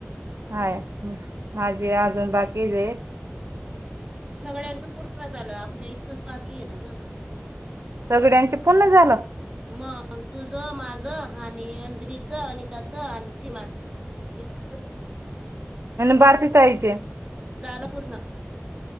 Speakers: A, on the right; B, on the right.
A: हाय माझे अजून बाकीचे
B: सगळ्यांचं पूर्ण झालं आपल्या इतकंच बाकी आहे ना बस
A: सगळ्यांचे पूर्ण झालं
B: मग तुझं माझं आणि अंजरीचं अनिताचं आणि सीमाचं इतकं
A: भारती ताईचे
B: झालं पूर्ण